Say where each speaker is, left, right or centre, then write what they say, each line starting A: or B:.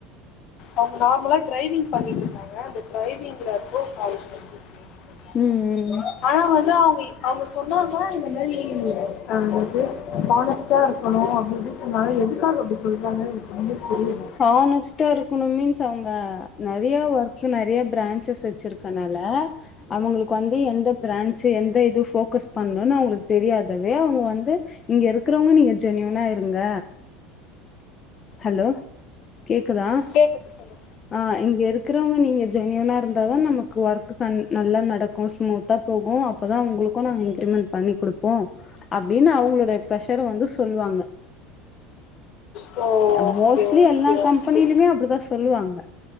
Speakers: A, on the left; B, on the left.
A: அவங்க நார்மலா டிரைவிங் பண்ணிட்டுருந்தாங்க அந்த டிரைவிங்ல லோ வாய்ஸ்ஸா இருந்து பேசிட்ருந்தாங்க
B: ம் ம்
A: ஆனா வந்து அவங்க இ அவங்க சொன்னாங்கனா இந்த மாரி ஆ என்து ஹானஸ்டா இருக்கணு அப்டி இப்டினு சொன்னாங் ஆனா எதுக்காக அப்டி சொல்றாங்கன் எனக்கு ஒன்மே புரியல
B: ஹானஸ்ட்டா இருக் குனுன் மீன்ஸ் அவங்க நெறைய ஒர்க் நெறைய பிரான்ச்சஸ் வச்சிருக்கனால அவங்களுக்கு வந்து எந்த பிரான்ச்சு எந்த இது ஃபோகஸ் பண்ணுன் அவங்களுக் தெரியாதவே அவங்க வந்து இங்க இருக்குறவங்க நீங்க ஜென்யூனா இருங்க ஹலோ கேக்குதா
A: கேக்குது சொல்லுங்க
B: ஆ இங்க இருக் க்குறவங்க நீங்க ஜென்யூனா இருந்தாதா நமக்கு ஒர்க் கண் நல்லா நடக்கு ஸ்மூத்தா போகு அப்பதா உங்களுக்கு நாங்க இன்கிரிமெண்ட் பண்ணி குடுப்போ அப்டின்னு அவங்களுடைய பிரஷர வந்து சொல்லுவாங்க
A: ஓ
B: அ
A: ஓகே
B: மோஸ்ட்லி
A: ஓகே
B: எல்லா கம்பெனிலுமே
A: ஓகே
B: அப்டிதா சொல்லுவாங்க